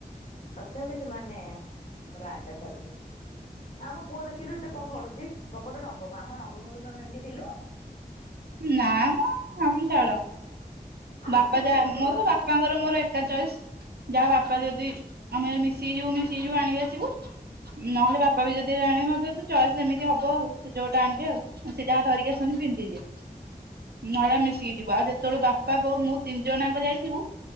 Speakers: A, on the left (about 45°); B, on the right (about 80°).
A: ତଥାପି ସେମାନେ, ତାର ଆଡା ଛାଡୁନି। ଆମ ପୁଅ ଦେଖିଲୁ ସେ କଣ ପଢ଼ୁଛି, ବକଟେ ନବମ। ଆମ ନବମ ବେଳକୁ ଆମେ ଏମିତି ଥିଲୁ?
B: ନା ମ ଆମେ ଛାଡ
A: ଆମ
B: ବାପା ଯାହା
A: ବେଳକୁ
B: ମୋର
A: ଭାବେ
B: ବାପାଙ୍କର ମୋର ଏକା ଚଏସ, ଯାହା ବାପା ଯଦି ଆମେ ମି ଶିକି ଯିବୁୁ ମିଶିକି ଯିବୁ ଆଣିକି ଆସିବୁ। ନହେଲେ ବାପା ବି ଯଦି ଆଣିବେ, ମତେ ତ ଚଏସ୍ ଏମିତି ହବ ଆଉ। ସେ ଯୋଉଟା ଆଣିବେ, ଆଉ ସେ ଯାହା ଧରିକି ଆସନ୍ ପିନ୍ଧି ଦିଏ ନହେଲେ ମିଶିକି ଯିବୁ, ଆଉ ଯେତେବେଳେ ବା ପା, ବୋଉ, ମୁଁ ତିନି ଜଣାଙ୍କ ଯାଇଥିବୁ।